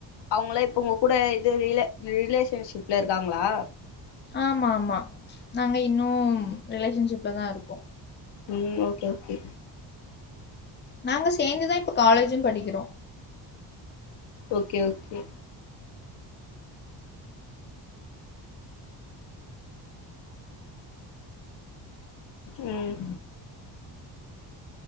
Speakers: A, on the left; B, on the left.
A: அவங்களா இப்ப உங்க கூட இது ரில ரிலேஷன்ஷிப்ல இருக்காங்களா
B: ஆமா ஆமா நாங்க இன்னும் ரிலேஷன்ஷிப்ல தா இருக்கோம்
A: ம் ஓகே ஓகே
B: நாங்க சேந்துதா இப்ப காலேஜும் படிக்கிறோம்
A: ஓகே ஓகே ம்